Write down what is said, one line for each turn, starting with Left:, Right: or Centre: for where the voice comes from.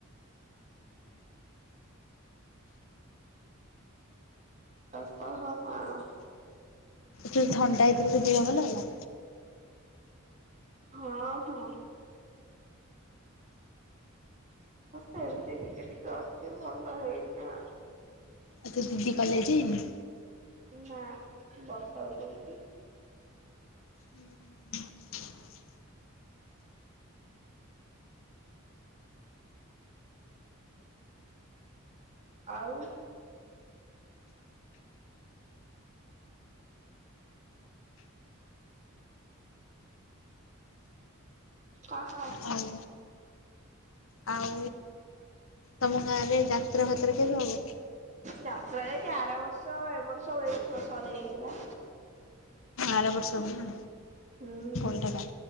Right: ଆଉ କହ କଣ?
Left: ଯୋଉ ଥଣ୍ଡା ହେଇଥିଲା ତୋ ଦେହ ଭଲ ହେଲା।
Right: ହଁ ହଁ। ହଁ ସେମିତି ଟିକେ ଟିକେ ଅଛି ଭଲ ହେଇନି ଆଉ।
Left: ଆଉ ତୋ ଦିଦି କଲେଜ ଯାଇନି।
Right: ନା ବର୍ଷା ପକୋଉଚି।
Left: ହୁଁ।
Right: ଆଉ। କହ।
Left: ଆଉ। ଆଉ ତମ ଗାଁରେ ଯାତ୍ରା ଫାତ୍ରା କେବେ ହବ?
Right: ଯାତ୍ରା ଯାଇକି ଆର ବର୍ଷ ଏ ବର୍ଷ ଏ ବର୍ଷ ସରି ଯାଇଥିଲା।
Left: ଆରବର୍ଷ କୁ ନା
Right: ହୁଁ
Left: କୋଡ଼ିଏ ଟଙ୍କା।